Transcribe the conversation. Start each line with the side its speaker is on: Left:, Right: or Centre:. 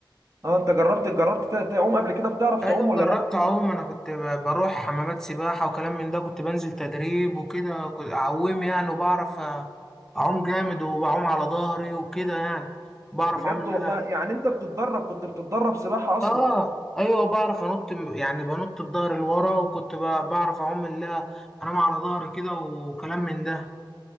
Right: اه انت جربت جربت تعوم قبل كده بتعرف
Centre: ايوه
Right: تعوم ولا
Centre: جربت
Right: لا
Centre: اعوم انا كنت ب- بروح حمامات سباحه وكلام من ده كنت بنزل تدريب وكده كنت اعوم يعني وبعرف اعوم جامد وبعوم على ظهري وكده يعني بعرف
Right: بجد
Centre: اعوم لا
Right: والله يعني انت بتتدرب كنت بتتدرب سباحة اصلا
Centre: اه ايوه بعرف انط م- يعني بنط بظهري لورا وكنت ب- بعرف اعوم لا انام على ظهري كده وكلام من ده